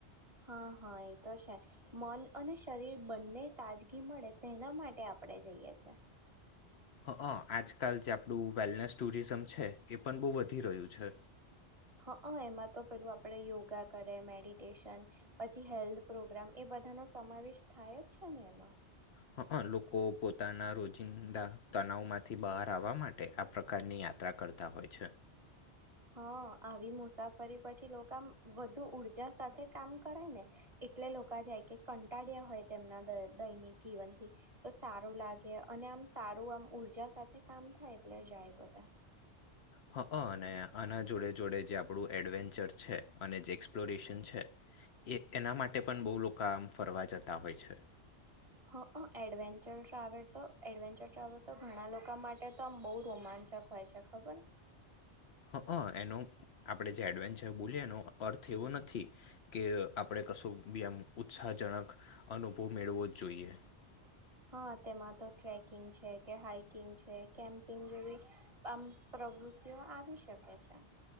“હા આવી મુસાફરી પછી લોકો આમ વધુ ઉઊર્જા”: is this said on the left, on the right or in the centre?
Right